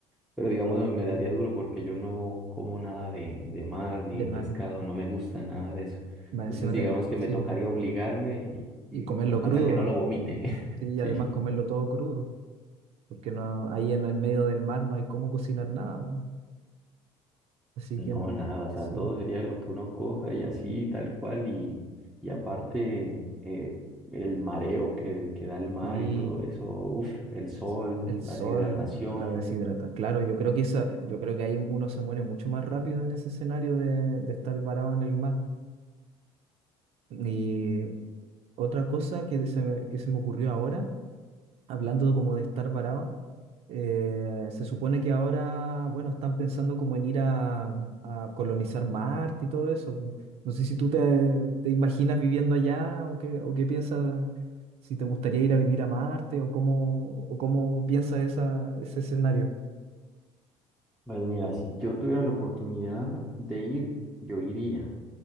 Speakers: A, in the centre; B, on the right.
A: pero digamos, me, me daría duro porque yo no como nada de, de mar ni
B: de mar.
A: pescado, no me gusta nada de eso.
B: Más
A: Entonces,
B: encima
A: digamos
B: te-
A: que
B: sí,
A: me tocaría
B: bueno.
A: obligarme y,
B: Y comerlo
A: y ojalá
B: crudo,
A: que no lo vomite. <laughs>
B: sí, y
A: Sí.
B: además comerlo todo crudo, porque no, ahí en el medio del mar no hay cómo cocinar nada. pues. Así
A: No,
B: que no,
A: nada, o sea,
B: sí.
A: todo sería lo que uno coja y así, tal cual. Y, y aparte, eh, el mareo que, que da el mar
B: Y
A: y todo eso, uf, el sol,
B: sí, el sol
A: la deshidratación.
B: la deshidrata. Claro, yo creo que esa, yo creo que ahí uno se muere mucho más rápido en ese escenario de, de estar varado en el mar. Y otra cosa que se me, que se me ocurrió ahora, hablando como de estar varado, Eh, se supone que ahora, bueno, están pensando como en ir a, a colonizar Marte y todo eso. No sé si tú te, te imaginas viviendo allá o qué, o qué piensas, si te gustaría ir a vivir a Marte o cómo, o cómo piensas esa, ese escenario.
A: Pues mira, si yo tuviera la oportunidad de ir, yo iría.